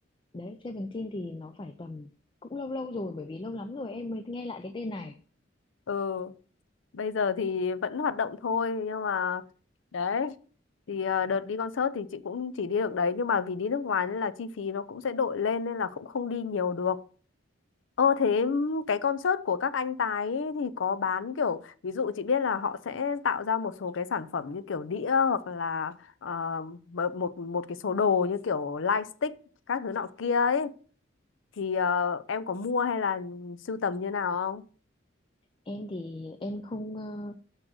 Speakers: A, on the left; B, on the left.
A: đấy, Seventeen thì nó phải tầm cũng lâu lâu rồi bởi vì lâu lắm rồi em mới nghe lại cái tên này.
B: ừ bây giờ thì vẫn hoạt động thôi nhưng mà đấy thì ờ, đợt đi concert thì chị cũng chỉ đi được đấy nhưng mà vì đi nước ngoài nên là chi phí nó cũng sẽ đội lên nên là cũng không đi nhiều được Ờ thế cái concert của các anh Tài ấy thì có bán kiểu ví dụ chị biết là họ sẽ tạo ra một số cái sản phẩm như kiểu đĩa hoặc là ờ, một một một cái số đồ như kiểu lightstick các thứ nọ kia ấy thì ờ, em có mua hay là sưu tầm như nào không
A: Em thì em không ờ,